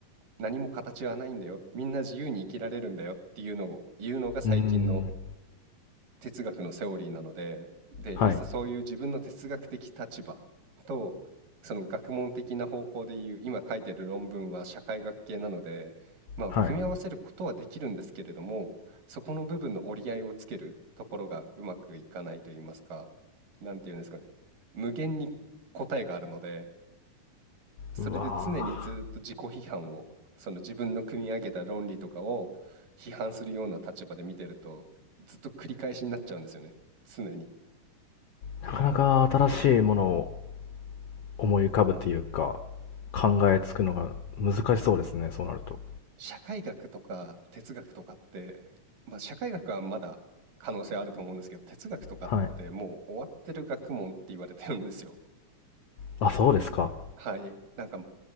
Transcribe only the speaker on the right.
何も形はないんだよみんな自由に生きられるんだよっていうのを言うのが最近の
哲学のセオリーなので、で、
いざそういう自分の哲学的立場と、その学問的な方向でいう、今書いてる論文は社会学系なので、まあ、
組み合わせることはできるんですけれども、そこの部分の折り合いをつけるところがうまくいかないと言いますか、なんていうんですかね、無限に答えがあるので、それで常にずっと自己批判を、
その自分の組み上げた論理とかを批判するような立場で見てると、ずっと繰り返しになっちゃうんですよね。常に。
社会学とか哲学とかって、まあ社会学はまだ可能性あると思うんですけど、哲学とかってもう終わってる学問って言われてるんですよ。
はい。なんか、